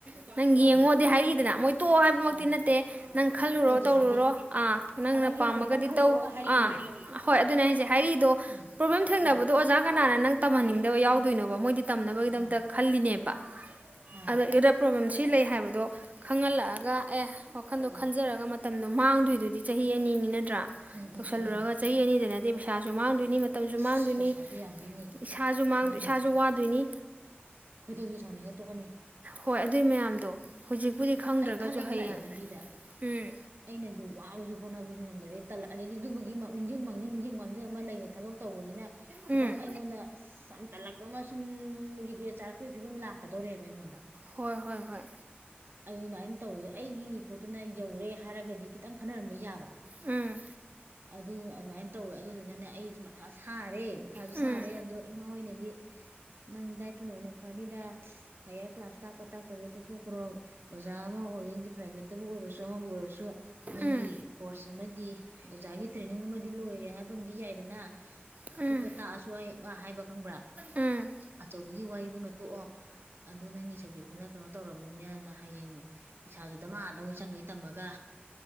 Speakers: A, on the right (about 40°); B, on the right (about 65°).
A: ꯑꯦ ꯅꯪ ꯌꯦꯡꯉꯣꯗꯤ
B: ꯑꯥ
A: ꯍꯥꯏꯔꯛꯏꯗꯅ ꯃꯣꯏ ꯇꯣꯛꯑꯣ ꯍꯥꯏꯕꯃꯛꯇꯤ
B: ꯑꯥ
A: ꯅꯠꯇꯦ ꯅꯪ ꯈꯜꯂꯨꯔꯣ
B: ꯍꯥꯏꯗꯦ
A: ꯇꯧꯔꯨꯔꯣ
B: ꯍꯥꯏꯗꯦ
A: ꯑꯥ ꯅꯪꯅ
B: ꯑ ꯅꯪ
A: ꯄꯥꯝꯃꯒꯗꯤ
B: ꯌꯨꯝꯗ ꯑꯝꯇꯪ ꯈꯜꯂꯨꯔꯒ
A: ꯇꯧ
B: ꯍꯥꯏꯔꯛꯏꯅꯦ
A: ꯑꯥ ꯍꯣꯏ ꯑꯗꯨꯅ ꯍꯥꯏꯁꯦ ꯍꯥꯏꯔꯛꯏꯗꯣ
B: ꯑꯥ
A: ꯄ꯭ꯔꯣꯕ꯭ꯂꯦꯝ ꯊꯦꯡꯅꯕꯗꯣ
B: ꯑꯥ
A: ꯑꯣꯖꯥ ꯀꯅꯥꯅ ꯅꯪ ꯇꯝꯍꯟꯅꯤꯡꯗꯕ ꯌꯥꯎꯗꯣꯏꯅꯣꯕ ꯃꯣꯏꯗꯤ ꯇꯝꯅꯕꯒꯤꯗꯃꯛꯇ
B: ꯃꯥꯅꯦ
A: ꯈꯜꯂꯤꯅꯦꯕ
B: ꯑꯥ
A: ꯑꯗꯩꯁꯤꯗ ꯄ꯭ꯔꯣꯕꯂꯦꯝꯁꯤ ꯁꯤ ꯂꯩ ꯍꯥꯏꯕꯗꯣ ꯈꯪꯍꯜꯂꯛꯑꯒ ꯑꯦ ꯋꯥꯈꯟꯗꯣ
B: ꯑꯥ
A: ꯈꯟꯖꯔꯒ ꯃꯇꯝꯗꯣ ꯃꯥꯡꯗꯣꯏꯗꯨꯗꯤ ꯆꯍꯤ ꯑꯅꯤꯅꯤ ꯅꯠ ꯇꯔꯥ
B: ꯎꯝ
A: ꯇꯧꯜꯁꯜꯂꯨꯔꯒ
B: ꯎꯝ ꯎꯝ ꯎꯝ
A: ꯆꯍꯤ ꯑꯅꯤꯗ ꯅꯠꯇꯦ ꯄꯩꯁꯥꯁꯨ ꯃꯥꯡꯗꯣꯏꯅꯤ ꯃꯇꯝꯁꯨ
B: ꯑꯁ
A: ꯃꯥꯡꯗꯣꯏꯅꯤ
B: ꯄꯩꯁꯥꯁꯨ ꯌꯥꯝꯗꯣꯏꯅꯤ
A: ꯏꯁꯥꯁꯨ ꯃꯥꯡꯗꯣꯏ
B: ꯃꯥꯅꯤ
A: ꯏꯁꯥꯁꯨ ꯋꯥꯗꯣꯏ ꯅꯤ
B: ꯈꯣꯏꯗꯧꯁꯨ ꯁꯥꯎꯅꯤꯡꯉ ꯇꯣꯛꯀꯅꯤ
A: ꯍꯣꯏ ꯑꯗꯨꯏ ꯃꯌꯥꯝꯗꯣ ꯍꯧꯖꯤꯛ ꯄꯨꯗꯤ ꯈꯪꯗ꯭ꯔꯒꯁꯨ
B: ꯑꯩ ꯈꯜꯂꯒ
A: ꯍꯌꯦꯡ
B: ꯂꯥꯛꯑꯦ ꯂꯝꯕꯤꯗ
A: ꯎꯝ
B: ꯑꯩꯅꯁꯨ ꯋꯥꯕꯁꯨ ꯍꯣꯠꯅꯕꯁꯨ ꯉꯝꯗꯔꯗꯤ ꯇꯜꯂꯛꯑꯅꯤ ꯑꯗꯩꯗꯤ ꯑꯗꯨꯕꯨꯒꯤ ꯅꯤꯡꯖꯤꯡ ꯃꯥꯡꯖꯤꯡ ꯅꯤꯡꯖꯤꯡ ꯃꯥꯡꯖꯤꯡ ꯑꯃ ꯂꯩꯔꯦ ꯊꯕꯛ ꯇꯧꯕꯅꯤꯅ ꯈꯤꯇꯪ
A: ꯎꯝ
B: ꯑꯩꯉꯣꯟꯗ ꯑꯁ ꯌꯥꯝ ꯇꯜꯂꯛꯄ ꯑꯃ ꯁꯨꯝ ꯔꯤꯒ꯭ꯔꯦꯠ ꯆꯥꯔꯛꯄꯒꯤ ꯐꯤꯕꯝ ꯂꯥꯛꯀꯗꯧꯔꯦꯕ ꯑꯩꯉꯣꯟꯗ
A: ꯍꯣꯏ ꯍꯣꯏ ꯍꯣꯏ
B: ꯑꯗꯨꯃꯥꯏꯅ ꯇꯧꯕꯗ ꯑꯩꯒꯤ ꯄꯣꯠꯇꯨꯅ ꯌꯧꯔꯦ ꯍꯥꯏꯔꯒꯗꯤ ꯈꯤꯇꯪ ꯈꯟꯅꯔꯝꯕ ꯌꯥꯕ
A: ꯎꯝ
B: ꯑꯗꯨ ꯑꯗꯨꯃꯥꯏꯅ ꯇꯧꯋꯦ ꯑꯗꯨꯗꯨꯅꯅꯦ ꯑꯩꯁꯦ ꯃꯊꯥ ꯁꯥꯔꯦ ꯃꯊꯥꯁꯨ
A: ꯎꯝ
B: ꯁꯥꯔꯦ ꯑꯗꯣ ꯏꯃꯥ ꯍꯣꯏꯅꯗꯤ ꯅꯪ ꯗꯥꯏꯇꯨꯅ ꯑꯣꯏꯅ ꯐꯅꯤꯗ ꯍꯥꯏꯌꯥꯔ ꯀ꯭ꯂꯥꯁ ꯇꯥꯛꯄ ꯇꯥꯛꯇꯕꯒꯤ ꯇꯣꯛꯊꯣꯛꯈ꯭ꯔꯣ ꯑꯣꯖꯥ ꯑꯃ ꯑꯣꯏꯗꯤ ꯄ꯭ꯔꯥꯏꯚꯦꯠꯇꯕꯨ ꯑꯣꯏꯔꯁꯨ ꯑꯃꯕꯨ ꯑꯣꯏꯔꯁꯨ ꯅꯪꯒꯤ
A: ꯎꯝ
B: ꯀꯣꯔꯁ ꯑꯃꯗꯤ ꯑꯣꯖꯥꯒꯤ ꯇ꯭ꯔꯦꯅꯤꯡ ꯑꯃꯗꯤ ꯂꯣꯏꯔꯦ ꯍꯥꯏꯕꯝꯗꯤ ꯌꯥꯏꯗꯅ
A: ꯎꯝ
B: ꯑꯄꯤꯄ ꯇꯥꯁꯨꯋꯥꯏ ꯃꯥ ꯍꯥꯏꯕ ꯈꯪꯕ꯭ꯔꯥ
A: ꯎꯝ
B: ꯑꯆꯧꯕꯒꯤ ꯋꯥꯔꯤꯗꯨꯃ ꯇꯣꯛꯑꯣ ꯑꯗꯨ ꯅꯪꯒꯤ ꯁꯞꯖꯦꯛꯇꯨꯅ ꯀꯩꯅꯣ ꯇꯧꯔꯝꯅꯤꯅꯦꯅ ꯍꯌꯦꯡ ꯄꯩꯁꯥꯖꯨ ꯗꯃꯥꯗꯧ ꯆꯪꯈꯩ ꯇꯝꯃꯒ